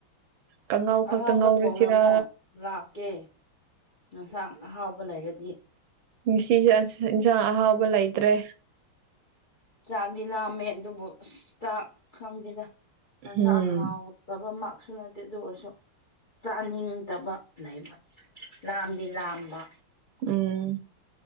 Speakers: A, on the right (about 75°); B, on the left (about 80°).
A: ꯀꯥꯡꯉꯥꯎ ꯈꯛꯇ
B: ꯑꯍꯥꯎꯕ
A: ꯉꯧꯔꯨꯁꯤꯔꯥ
B: ꯊꯣꯡꯔꯝꯃꯣ ꯂꯥꯛꯀꯦ ꯌꯦꯟꯁꯥꯡ ꯑꯍꯥꯎꯕ ꯂꯩꯔꯗꯤ
A: ꯅꯨꯡꯁꯤꯁꯦ ꯏꯟꯁꯥꯡ ꯑꯍꯥꯎꯕ ꯂꯩꯇ꯭ꯔꯦ
B: ꯆꯥꯛꯗꯤꯅꯃꯦ ꯑꯗꯨꯕꯨ ꯆꯥꯛ ꯈꯪꯗꯅ ꯑꯣꯟꯁ
A: ꯎꯝ
B: ꯍꯥꯎ ꯕꯥ ꯃꯥꯛꯁꯨ ꯅꯠꯇꯦꯗꯔꯁꯨ ꯆꯥꯅꯤꯡꯗꯕ ꯂꯩꯕ ꯂꯥꯝꯗꯤ ꯂꯥꯝꯕ
A: ꯎꯝ